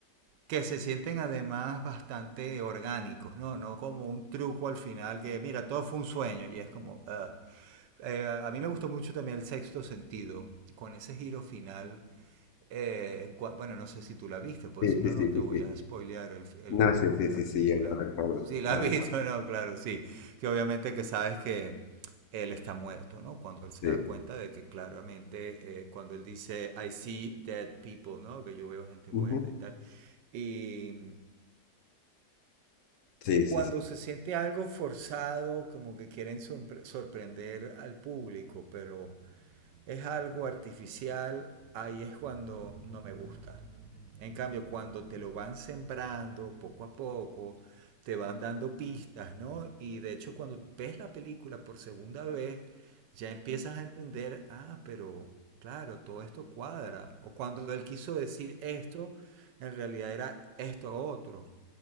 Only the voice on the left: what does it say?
Sí,
sí,
sí,
sí,
sí.
No, sí, sí,
sí, sí,
yo lo recuerdo,
lo
recuerdo,
sí.
Ujú.
Sí,
sí, sí.